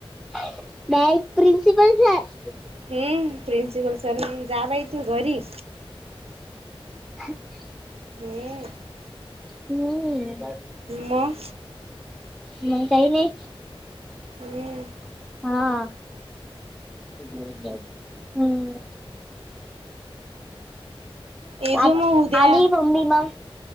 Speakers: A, in the centre; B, on the right (about 85°).
A: म डायरेक्ट प्रिंसिपल सर
B: हम्म प्रिन्सिपल सर हम जा बाई तू घरी
A: हम्
B: हम्म
A: जावू दे.
B: मग
A: मग काही नाही.
B: हम्म.
A: हा आ. हम्म.
B: ये जो
A: आ-आली
B: मग उद्या
A: मम्मी मग